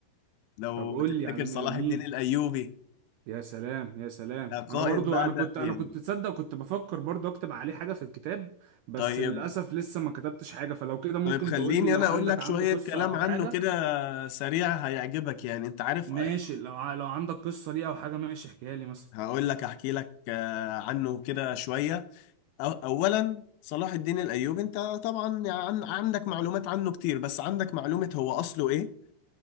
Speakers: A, on the left; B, on the right.
A: لو
B: طب قول
A: تفتكر
B: لي على
A: صلاح
B: مين
A: الدين الايوبي
B: يا سلام يا سلام
A: ده قائد
B: انا برضو
A: بقى
B: انا
A: ده
B: كنت انا
A: يعني
B: كنت تصدق كنت بفكر برضو اكتب عليه حاجة في الكتاب بس
A: طيب
B: للاسف لسه ما كتبتش حاجة فلو كده ممكن
A: طيب خليني
B: تقول لي لو
A: انا
B: عندك
A: اقول لك
B: عنده
A: شوية
B: قصة
A: كلام
B: او
A: عنه
B: حاجة
A: كده سريع هيعجبك يعني انت عارف
B: ماشي لو ع- لو عندك قصة ليه او حاجة ماشي احكيها لي مثلا
A: هقول لك احكي لك آه، عنه كده شوية أو- اولا صلاح الدين الايوبي انت طبعا عن- عندك معلومات عنه كتير بس عندك معلومة هو اصله ايه